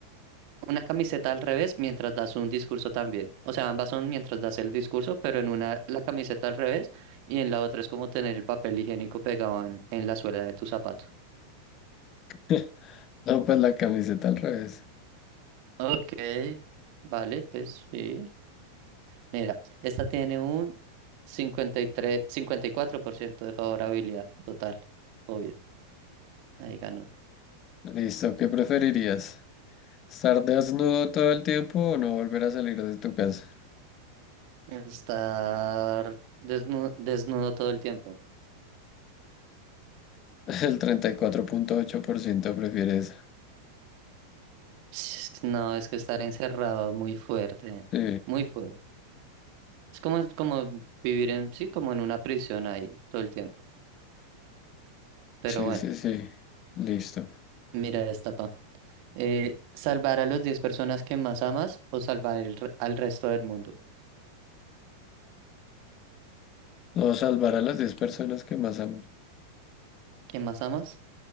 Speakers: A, on the right; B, on the left.
A: una camiseta al revés mientras das un discurso también. O sea, ambas son mientras das el discurso, pero en una la camiseta al revés y en la otra es como tener el papel higiénico pegado en, en la suela de tu zapato.
B: <laughs> No, pues la camiseta al revés.
A: Ok, vale, pues sí. Mira, esta tiene un cincuenta cincuenta y y tres cincuenta y cuatro por ciento de favorabilidad total, obvio. Ahí ganó.
B: Listo, ¿qué preferirías? ¿Estar desnudo todo el tiempo o no volver a salir de tu casa?
A: Estar desnu- desnudo, todo el tiempo.
B: <laughs> El 34.8% prefiere eso.
A: <sniffs> Es que No, es que estar encerrado muy fuerte,
B: Sí,
A: muy fuerte. Es como, como vivir en, sí, como en una prisión ahí todo el tiempo. Pero
B: sí,
A: bueno,
B: sí, sí. Listo.
A: mira esta, pa. Eh, ¿salvar a las 10 personas que más amas o salvar el re- al resto del mundo?
B: No salvar a las 10 personas que más amo.
A: ¿Que más amas?